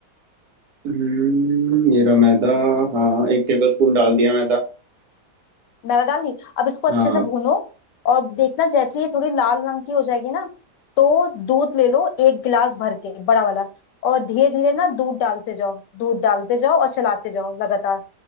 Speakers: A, on the right (about 70°); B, on the left (about 85°).
A: हम्म, मेरा मैदा हाँ एक टेबल स्पून डाल दिया मैदा
B: मैदा डाल दी अब इसको अच्छे
A: हाँ
B: से भूनो और देखना जैसे ये थोड़ी लाल रंग की हो जाएगी ना तो दूध ले लो एक गिलास भर के बड़ा वाला और धीरे धीरे ना दूध डालते जाओ दूध डालते जाओ और चलाते जाओ लगातार